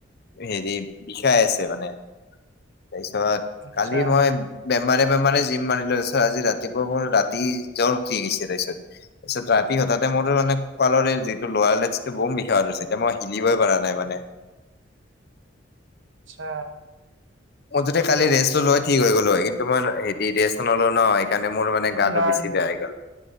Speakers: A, on the left; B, on the right.
A: হেৰি বিষাই আছে মানে। তাৰ পিছত
B: আচ্ছা
A: কালি মই বেমাৰে বেমাৰে জিম মাৰিলোঁ চাৰ আজি ৰাতিপুৱাব মোৰ ৰাতি জ্বৰ উঠি গৈছে তাৰপিছত। পিছে দ্ৰাইপি হতাতে মোৰ,,, মানে ককালৰে যিটো লোৱাৰ কেছটো বৰ বিষ হৈছে আৰু এতিয়া মই হিলিবই পৰা নাই মানে।
B: আচ্ছা।
A: মই যদি
B: অ'
A: কালি ৰেষ্ট ললো
B: মানে
A: হয় ঠিক হৈ গ'লো হয়, কিন্তু মই হেৰি ৰেষ্ট নলো ন সেই কাৰণে মোৰ মানে গাটো
B: নাই
A: বেছি বেয়া হৈ গ'ল।